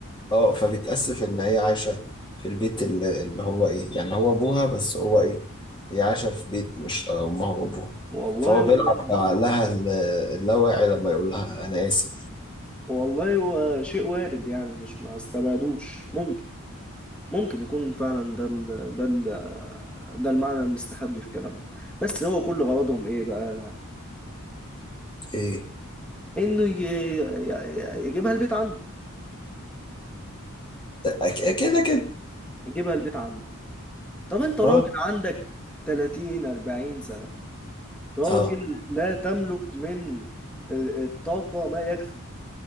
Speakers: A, on the left; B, in the centre.
A: اه فبتأسف ان هي عايشة في البيت ال- اللي هو ايه يعني هو ابوها بس هو ايه هي عايشة في بيت مش آه، امها وابوها
B: والله
A: فهو
B: هو
A: بيلعب بعقلها ال- اللاواعي لما يقول لها انا اسف
B: والله هو شيء وارد يعني مش ما استبعدوش ممكن ممكن يكون فعلا ده ال ده ال ده المعنى المستخبي في كلامه بس هو كل غرضهم ايه بقى
A: ايه
B: انه ي- ي- ي- يجيبها البيت عنده
A: أك- كده كده
B: يجيبها البيت عنده طب انت راجل
A: اه
B: عندك 30 40 سنة راجل
A: اه
B: لا تملك من الطاقة ما يكفي